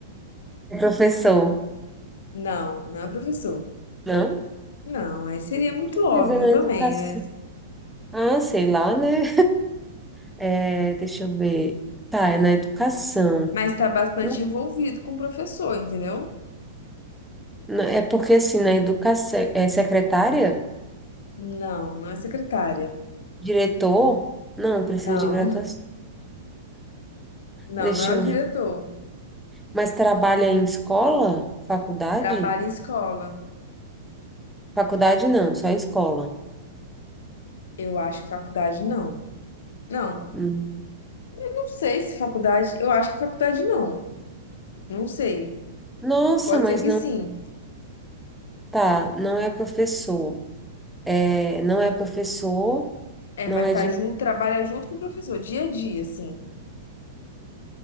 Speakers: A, in the centre; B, on the left.
A: É professor?
B: Não, não é professor.
A: Não?
B: Não, aí seria muito óbvio
A: Mas é na
B: também,
A: educação.
B: né?
A: Ah, sei lá, né? É, deixa eu ver. Tá, é na educação.
B: Mas tá bastante
A: Não,
B: envolvido com o professor, entendeu?
A: não, é porque assim, na educação, é secretária,
B: Não, não é secretária.
A: diretor, não precisa
B: Não,
A: de graduação.
B: não,
A: Deixa
B: não é
A: eu
B: o diretor.
A: ver. Mas trabalha em escola? Faculdade?
B: Trabalha em escola.
A: Faculdade não, só em escola.
B: Eu acho que faculdade não. Não,
A: Hum.
B: não sei se faculdade. Eu acho que faculdade não. Não sei.
A: Nossa,
B: Pode
A: mas
B: ser que
A: não
B: sim.
A: tá, não é professor. É, não é professor,
B: É,
A: não
B: mas
A: é
B: tá
A: de
B: junto, trabalha junto com o professor, dia a dia, assim.